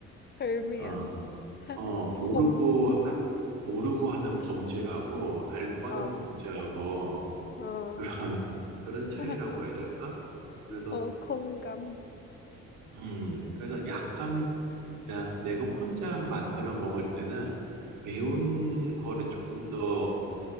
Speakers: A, on the left; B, on the right.
A: 별미하네.
B: 어,
A: <laughs>
B: 어, 모르고
A: 공,
B: 한, 모르고 하는 범죄하고 알고
A: 아,
B: 하는 범죄하고
A: 어,
B: 그런, 그런 차이라고
A: <laughs>
B: 해야 될까? 그래서,
A: 어, 공감.
B: 음, 그래서 약간 나, 내가 혼자 만들어 먹을 때는 매운
A: 음,
B: 거를 조금 더,